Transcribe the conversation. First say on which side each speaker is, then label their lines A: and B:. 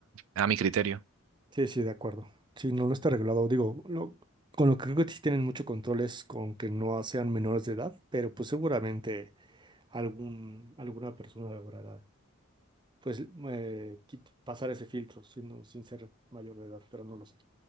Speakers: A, on the right; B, on the right.
A: a mi criterio.
B: Sí, sí, de acuerdo. Sí, no, no está regulado. Digo, no, con lo que creo que sí tienen mucho control es con que no sean menores de edad, pero pues seguramente algún, alguna persona logrará pues eh, quit- pasar ese filtro siendo, sin ser mayor de edad, pero no lo sé.